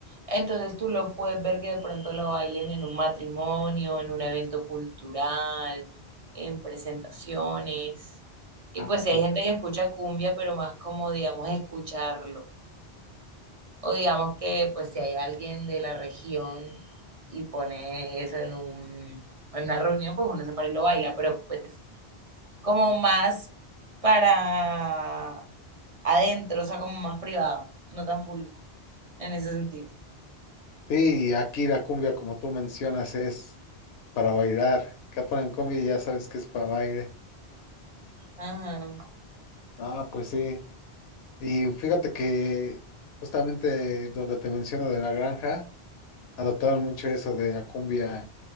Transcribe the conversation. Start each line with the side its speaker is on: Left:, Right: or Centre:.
Right: entonces tú lo puedes ver que de pronto lo bailen en un matrimonio, en un evento cultural, en presentaciones. Y
Left: Ah,
Right: pues
Left: ok.
Right: si hay gente que escucha cumbia, pero más como, digamos, escucharlo. O digamos que pues si hay alguien de la región y pone eso en un, en una reunión, pues uno se para y lo baila, pero pues como más para adentro, o sea, como más privado, no tan público, en ese sentido.
Left: Sí, aquí la cumbia, como tú mencionas, es para bailar. Acá ponen cumbia y ya sabes que es para baile.
Right: Ajá.
Left: Ah, pues sí. Y fíjate que justamente donde te menciono de la granja, adoptaron mucho eso de la cumbia,